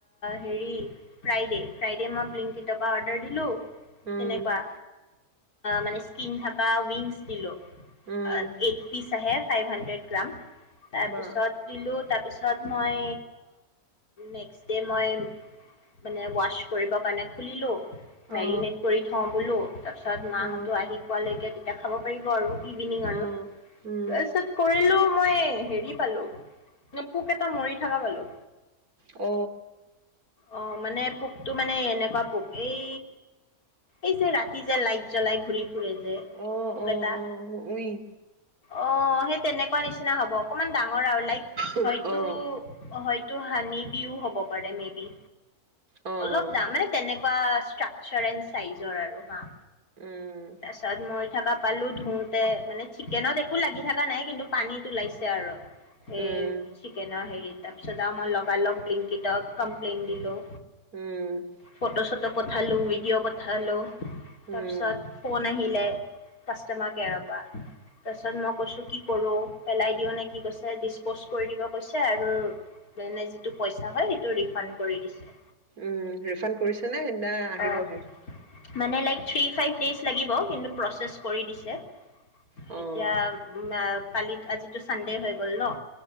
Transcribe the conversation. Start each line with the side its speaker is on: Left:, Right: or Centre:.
Left: হেৰি ফ্ৰাইডে' ফ্ৰাইডে মই ব্লিংকিটপা অৰ্ডাৰ দিলোঁ
Right: উম
Left: তেনেকুৱা মানে স্কিন থকা উইংছ দিলোঁ
Right: উম
Left: এইট পিচ আহে ফাইভ হাণ্ড্ৰেড গ্ৰাম তাৰপিছত
Right: বা
Left: দিলো তাৰপিছত মই নেক্সট ডে' মই মানে ৱাছ। কৰিবৰ কাৰণে খুলিলো। মেৰিনেট
Right: অ
Left: কৰি থও বোলো তাৰ পিছত মাহতো
Right: অ
Left: আহি কোৱালৈকে এতিয়া খাব পাৰিব আৰু ইভিনিং আৰু
Right: অ উম
Left: তাৰপিছত কৰিলো মই হেৰি পালো পোক এটা মৰি থকা পালো
Right: অ
Left: অঁ মানে পোকটো মানে এনেকুৱা পোক এই এই যে ৰাতি যে লাইট জ্বলাই ঘূৰি ফুৰে যে
Right: অ',
Left: পোক
Right: অ',
Left: এটা
Right: অ', উই
Left: অ সেই তেনেকুৱা নিচিনা হ'ব অকমান ডাঙৰ আৰু লাইক
Right: অ',
Left: হয়তো
Right: অ',
Left: হয় তটো হানি বিও হ'ব পাৰে মে বি
Right: উম,
Left: অলপ দাম মানে তেনেকুৱা ষ্ট্ৰাকাৰ এ চাইজৰ আৰু হা
Right: উম,
Left: তাৰ পাছত মৰি থকা পালো ধোতে মানে চিকেনত একো লাগি থকা নাই কিন্তু পানীত ওলাইছে আৰু এই
Right: উম,
Left: চিক কেনে হেৰি তাৰপিছত আৰু মই লগা লগ বিলংকিত কমপ্লেইন দিলোঁ
Right: উম,
Left: ফটো চটো পঠালোঁ ভিডিঅ' পঠালোঁ
Right: উম,
Left: তাৰপিছত ফোন আহিলে কাষ্টমাৰ কেয়াৰৰ পৰা তাৰপিছত মই কৈছোঁ কি কৰোঁ পেলাই দিওঁ নে কি কৈছে ডিছপ'জ কৰি দিব কৈছে আৰু মানে যিটো পইচা হয় সেইটো ৰিফাণ্ড কৰি দিছে
Right: উম ৰিফাণ্ড কৰিছে না আহিবহে
Left: অ' মানে লাইক থ্ৰী ফাইভ ডেছ লাগিব কিন্তু প্ৰচেছ কৰি দিছে
Right: অ',
Left: এতিয়া উ কালিত আজিতো চানডে হৈ গ'ল ন,